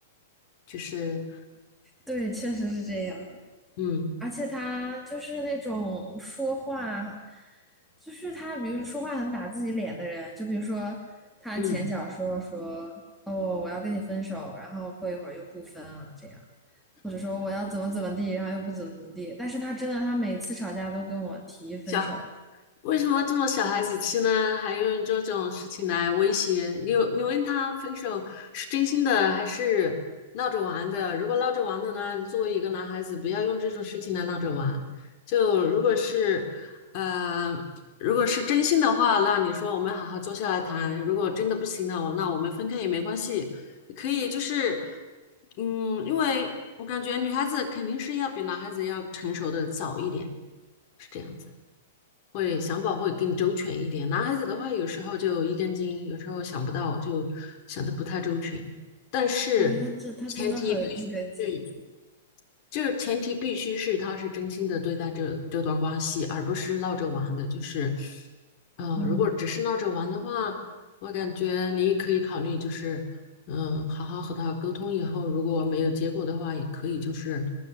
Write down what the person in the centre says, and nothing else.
对，确实是这样的。
而且他就是那种说话，就是他，比如说话很打自己脸的人，就比如说他前脚说说哦我要跟你分手，
然后过一会儿又不分了，这样。或者说我要怎么怎么地，然后又不怎么怎么地。但是他真的，他每次吵架都跟我提分手，
对，他真他真的很一根筋。
嗯，